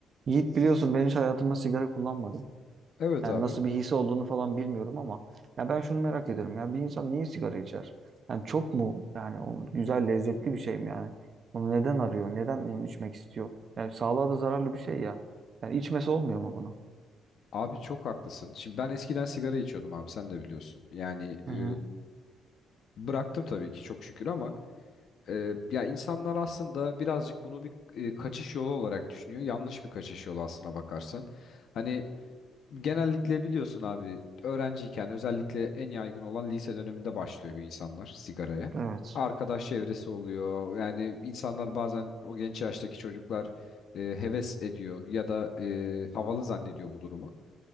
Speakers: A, on the right; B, on the left.
A: Yiğit biliyorsun ben hiç hayatımda sigara kullanmadım.
B: Evet
A: Yani
B: abi.
A: nasıl bir his olduğunu falan bilmiyorum ama ya ben şunu merak ediyorum ya bir insan niye sigara içer? Yani çok mu yani onu güzel lezzetli bir şey mi yani? Onu neden arıyor? Neden onu içmek istiyor? Yani sağlığa da zararlı bir şey ya. Yani içmesi olmuyor mu bunu?
B: Abi çok haklısın. Şimdi ben eskiden sigara içiyordum abi sen de biliyorsun. Yani
A: Hı
B: e,
A: hı.
B: bıraktım tabii ki çok şükür ama e, ya insanlar aslında birazcık bunu bir e, kaçış yolu olarak düşünüyor. Yanlış bir kaçış yolu aslına bakarsan. Hani genellikle biliyorsun abi öğrenciyken özellikle en yaygın olan lise döneminde başlıyor bir insanlar sigaraya.
A: Evet.
B: Arkadaş çevresi oluyor. Yani insanlar bazen o genç yaştaki çocuklar e, heves ediyor ya da e, havalı zannediyor bu durumu.